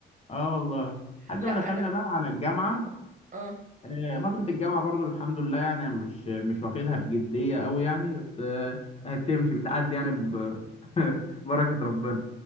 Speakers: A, on the left; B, on the right.
A: اه والله لحد
B: لا
A: ما دخلنا
B: انا
A: بقى على الجامعه
B: اه
A: آه، فترة الجامعة برضو الحمد لله يعني مش مش واخدها بجدية أوي يعني بس آه، هتمشي بتعدي يعني ب- <laughs> ببركة ربنا